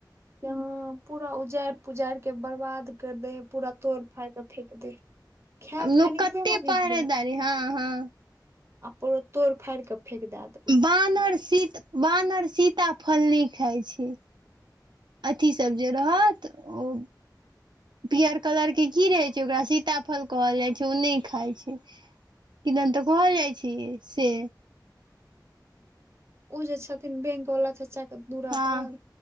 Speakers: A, on the right; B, on the right.
A: यहाँ पूरा उजाएर पुजाएर के बर्बाद कैर दै यै पूरा तोड़-फाड़ के फेेक दे खायत
B: आब लोक
A: कनिकबे
B: कत्ते
A: मनिकबे
B: पहरेदारी हां-हां।
A: आ पुरा तोड़-फाड़ के फेक देएत
B: बानर सीत, बानर सीता फल नै खाय छै। अथी सब जे रहत ओ पियर कलर के की रहय छै ओकरा सीताफल कहल जाए छै ओ नै खाए छै। कि दन तै कहल जाए छै से
A: उ जे छथिन बैंक बला चाचा के दूरा
B: हँ
A: पर